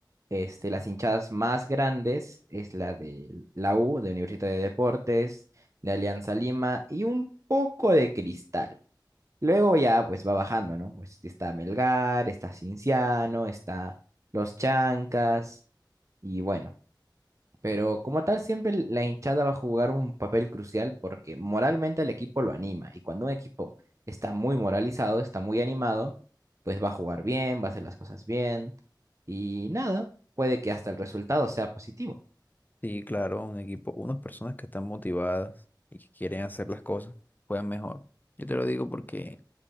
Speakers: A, on the right (about 40°); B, on the left (about 25°).
A: Este, las hinchadas más grandes es la de la U, de Universidad de Deportes, de Alianza Lima y un poco de Cristal. Luego ya pues va bajando, ¿no? Pues está Melgar, está Cinciano, está Los Chancas y bueno. Pero como tal, siempre la hinchada va a jugar un papel crucial porque moralmente el equipo lo anima. Y cuando un equipo está muy moralizado, está muy animado, pues va a jugar bien, va a hacer las cosas bien. Y nada, puede que hasta el resultado sea positivo.
B: Sí, claro, un equipo, unas personas que están motivadas y que quieren hacer las cosas, juegan mejor. Yo te lo digo porque